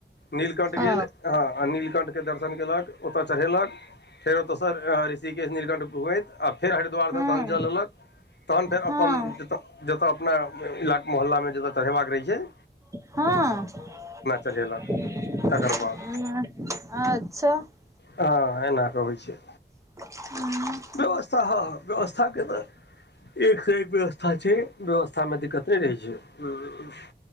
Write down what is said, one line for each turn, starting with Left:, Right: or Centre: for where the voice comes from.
Left: नीलकण्ठ गेल
Right: ओ
Left: हँ नीलकण्ठ के दर्शन केलक ओतऽ चढ़ेलक फेर ओतयसँ ऋषिकेश नीलकंठ हो आइतआ फेर हरिद्वार
Right: हँ
Left: से जल लेलक तहन फेर
Right: हँ
Left: अपनऽ जतऽ अपना इलाका मोहल्लामे जतऽ चढ़ेबाक रहै छैय
Right: हँ
Left: चढ़ेलक
Right: हा
Left: तकर बाद
Right: अच्छाऽ
Left: हँ एना कऽ होइ छैय
Right: <inaudible> हू
Left: व्यवस्था ह व्यवस्थाके तऽ एकसँ एक व्यवस्था हा छैय व्यवस्थामे दिक्कत नैय रहै छैय